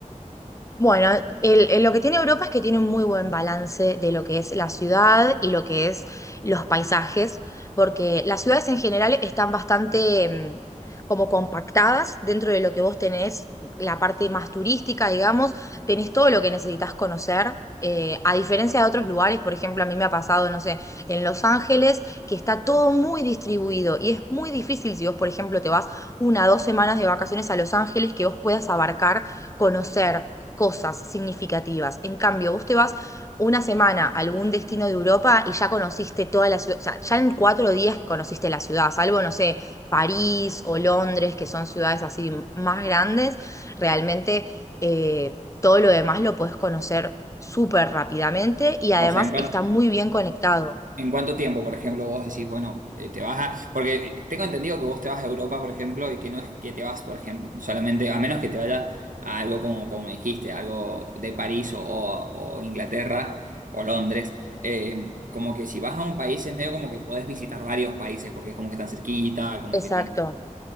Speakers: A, on the left; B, on the right.
A: Bueno, el- el- lo que tiene Europa es que tiene un muy buen balance de lo que es la ciudad y lo que es los paisajes, porque las ciudades en general están bastante mm, como compactadas dentro de lo que vos tenés, la parte más turística, digamos, tenés todo lo que necesitas conocer. eh, a diferencia de otros lugares, por ejemplo, a mí me ha pasado, no sé, en Los Ángeles, que está todo muy distribuido y es muy difícil si vos, por ejemplo, te vas una o dos semanas de vacaciones a Los Ángeles que vos puedas abarcar, conocer cosas significativas. En cambio, vos te vas una semana a algún destino de Europa y ya conociste toda la ciudad, o sea, ya en cuatro días que conociste la ciudad, salvo, no sé, París o Londres, que son ciudades así más grandes, realmente eh, todo lo demás lo podés conocer súper rápidamente y además
B: O sea, en cuanto,
A: está muy bien conectado.
B: ¿En cuánto tiempo, por ejemplo, vos decís, bueno, eh, te vas a... Porque tengo entendido que vos te vas a Europa, por ejemplo, y que no es que te vas, por ejemplo, solamente, a menos que te vayas a algo como, como dijiste, algo de París o, o- o Inglaterra o Londres, eh, como que si vas a un país es medio como que podés visitar varios países, porque es como que están cerquita, como
A: Exacto.
B: que tiene...